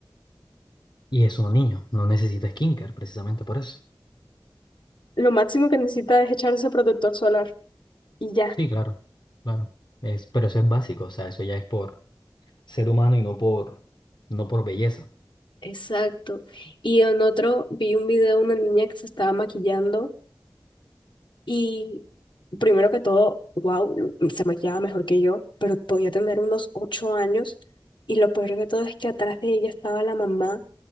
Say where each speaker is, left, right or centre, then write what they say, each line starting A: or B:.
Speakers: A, on the left; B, on the left.
A: Y es una niña, no necesita skincare precisamente por eso.
B: Lo máximo que necesita es echarse protector solar y ya.
A: Sí, claro, claro. Es, pero eso es básico, o sea, eso ya es por ser humano y no por, no por belleza.
B: Exacto. Y en otro vi un video de una niña que se estaba maquillando. Y primero que todo, wow, se maquillaba mejor que yo, pero podía tener unos ocho años. Y lo peor de todo es que atrás de ella estaba la mamá